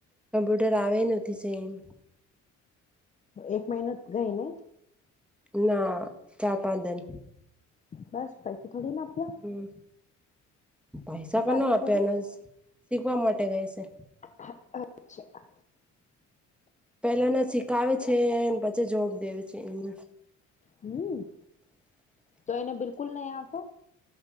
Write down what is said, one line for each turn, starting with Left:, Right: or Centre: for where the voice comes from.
Centre: કમ્પ્યુટર આવે નથી છે એમ.
Left: એક મહિનો ગઈ ને
Centre: ના ચા પાદન
Left: બસ પૈસેસા થોડી ના આપ્યા
Centre: હમ પૈસા કો ન
Left: આપ્યા
Centre: આપે
Left: થોડી
Centre: એને શીખવા માટે ગય છે.
Left: હ અચ્છા
Centre: પેલાને શીખાવે છે પછી જોબ દેવે છે એને
Left: હમ તો એને બિલકુલ નહી આપો.